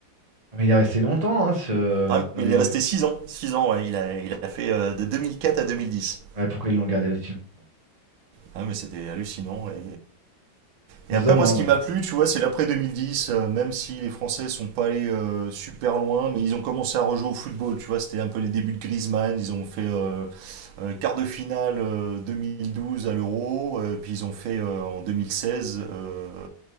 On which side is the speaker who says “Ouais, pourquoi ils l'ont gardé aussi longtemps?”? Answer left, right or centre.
Right